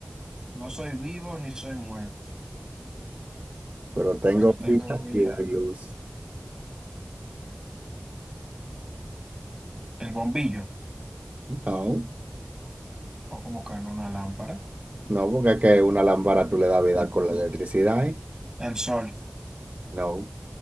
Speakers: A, on the right; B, on the right.
A: No soy vivo ni soy muerto,
B: pero tengo
A: pero tengo
B: vida
A: vida.
B: y doy luz.
A: El bombillo.
B: No,
A: o como que en una lámpara.
B: no, porque es que una lámpara tú le das vida con la electricidad, ¿eh?
A: El sol,
B: No,